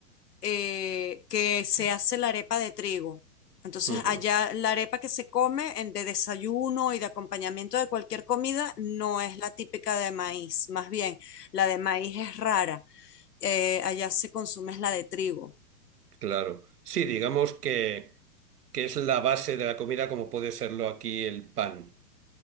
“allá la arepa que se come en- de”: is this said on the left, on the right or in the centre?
Left